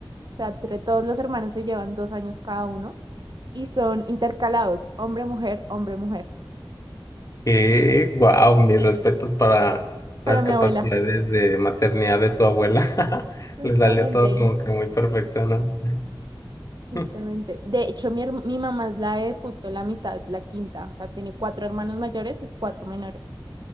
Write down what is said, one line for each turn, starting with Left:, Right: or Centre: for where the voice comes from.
Right: o sea, entre todos los hermanos se llevan dos años cada uno y son intercalados, hombre-mujer, hombre-mujer,
Left: Eh, wow, mis respetos para
Right: para
Left: las
Right: mi
Left: capacidades
Right: abuela.
Left: de maternidad de tu abuela. <laughs>
Right: Justamente,
Left: Le salió todo como que muy perfecto, ¿no?
Right: justamente.
Left: <laughs>
Right: De hecho, mi, her- mi mamá es la de justo la mitad, la quinta, o sea, tiene cuatro hermanos mayores y cuatro menores,